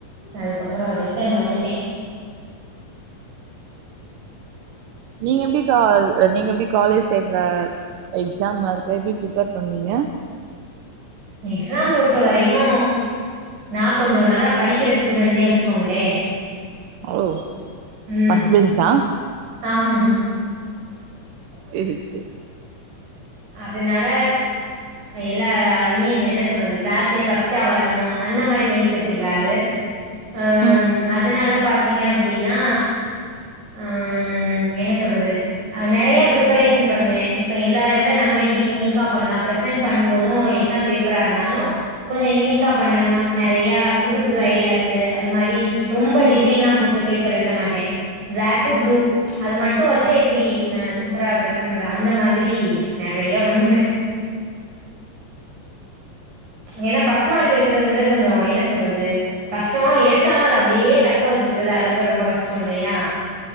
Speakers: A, on the right; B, on the right.
A: அதுக்கப்புற ரிட்டர்ன் வந்துட்டே
B: நீங்க எப்டி கால் நீங்க எப்டி காலேஜ் டைம்ல எக்ஸாம் அதுக்கு எப்டி பிரிப்பேர் பண்ணுவீங்க
A: எக்ஸாம் பொறுத்த வரையு நா கொஞ்ச நல்லா படிக்கிற ஸ்டூடண்ட்னே வச்சுக்கோங்களே
B: ஓ
A: ம்
B: ஃபர்ஸ்ட்பெஞ்சா
A: ஆமா
B: செரி செரி
A: அதனால எல்லா ஐ மீன் என்ன சொல்றது கிளாஸ்லயே ஃபஸ்ட்டா வரணு அந்த மாரி மைண்ட் செட் உள்ள ஆளு அம்
B: ம்
A: அதனால பா்த்தீங்க அப்படின்னா ஆம் என்ன சொல்றது நெறைய பிரப்பரேஷன் பண்ணுவே இப்ப எல்லாரு எப்டி தா நம்ம எப்டி யுனிக்கா பண்ணலா ப்ரெசென்ட் பண்ணும்போது எக்ஸாம் பேப்பரா இருந்தாலு கொஞ்ச யுனிக்கா பண்ணணு நெறய புது புது ஐடியாஷு அது மாரி ரொம்ப டிசைன்லா போட்டு பேப்பர் எழுத மாட்டே ப்ளாக்கு ப்ளூ அது மட்டு வச்சே எப்புடி நா சூப்பரா ப்ரெசென்ட் பண்றது அந்த மாதிரி நெறைய பண்ணிவ ஏன்னா பஃஸ்ட் மார்க் எடுக்கறதுங்கற கொஞ்சோ என்ன சொல்றது கஷ்ட எடுத்தாலு அத அப்டியே தக்க வச்சுக்கிறது அத விட ரொம்ப கஷ்ட இல்லையா